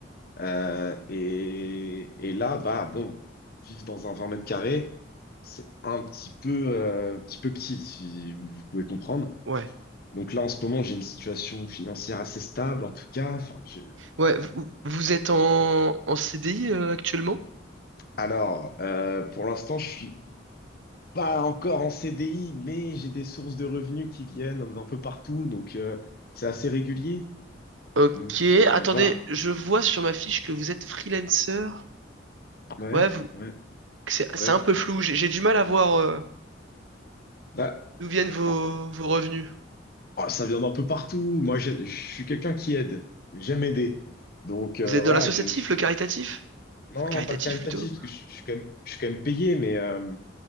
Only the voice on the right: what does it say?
Ouais.
Ouais, vous, vous êtes en, en CDI euh, actuellement?
Ok,
attendez,
je vois sur ma fiche que vous êtes freelancer.
Ouais, vous,
c'est, c'est
un peu flou, j'ai j'ai du mal à voir euh,
d'où viennent vos,
vos revenus.
Vous êtes
dans l'associatif,
le caritatif?
Enfin, caritatif
plutôt.